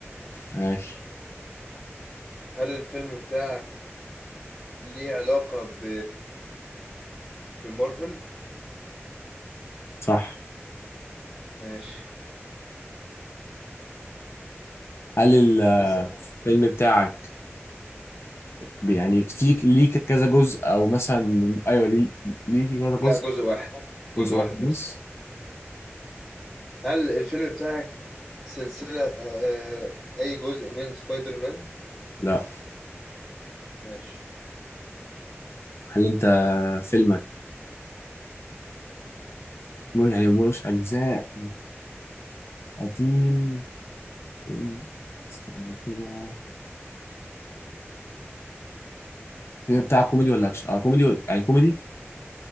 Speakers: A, on the left; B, in the centre.
A: ماشي
B: هل الفيلم بتاعك ليه علاقه ب بمارفل
A: صح
B: ماشي
A: هل ال-
B: اسم
A: الفيلم بتاعك بي- يعني كتير ليه ك- كذا جزء أو مثلا أيوه ليه ليه في كذا جزء
B: لا جزء واحد جزء
A: جزء
B: واحد
A: واحد
B: بس
A: بس
B: هل الفيلم بتاعك سلسلة آه آه، أي جزء من سبايدر مان؟
A: لا
B: ماشي
A: هل أنت فيلمك مو- يعني ملوش أجزاء قديم إيه، استنى كده هي بتاع كوميدي ولا اكشن اه كوميدي ولا- يعني كوميدي